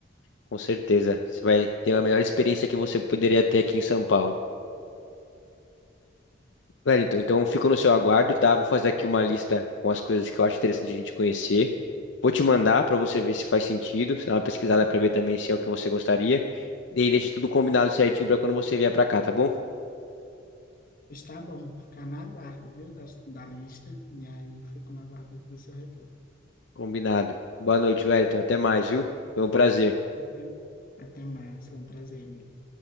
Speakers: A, on the left; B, on the left.
A: Com certeza. Você vai ter a melhor experiência que você poderia ter aqui em São Paulo. Wellington, então fico no seu aguardo, tá? Vou fazer aqui uma lista com as coisas que eu acho interessante a gente conhecer. Vou te mandar para você ver se faz sentido, se dá uma pesquisada para ver também se é o que você gostaria. E aí deixa tudo combinado certinho para quando você vier para cá, tá bom?
B: Está bom, vou ficar na guarda, viu, da, da lista, e aí fico na guarda do seu retorno.
A: Combinado. Boa noite, Wellington. Até mais, viu? Foi um prazer.
B: Até, até mais. Foi um prazer, amigo.